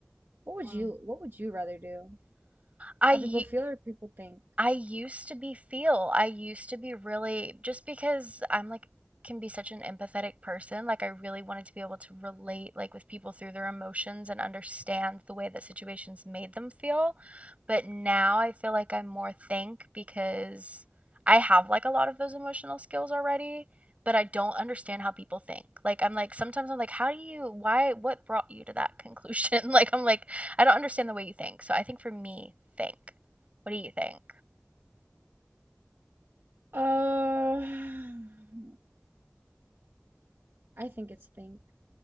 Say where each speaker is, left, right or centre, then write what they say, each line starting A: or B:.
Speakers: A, on the right (about 55°); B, on the right (about 30°).
A: What would
B: Mm.
A: you, what would you rather do?
B: I
A: How people feel or people think?
B: I used to be feel. I used to be really just because I'm like can be such an empathetic person, like I really wanted to be able to relate like with people through their emotions and understand the way that situations made them feel. But now I feel like I'm more think because I have like a lot of those emotional skills already, but I don't understand how people think. Like I'm like sometimes I'm like how do you why what brought you to that conclusion? <laughs> Like I'm like I don't understand the way you think. So I think for me, think. What do you think?
A: Uh, <sighs> I think it's think